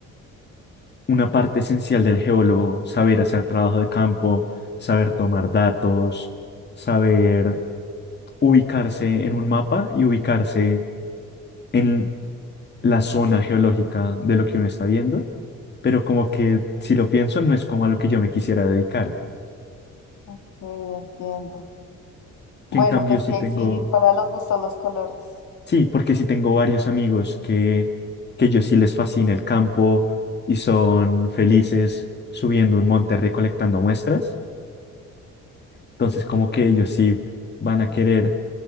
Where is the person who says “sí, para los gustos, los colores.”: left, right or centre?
Left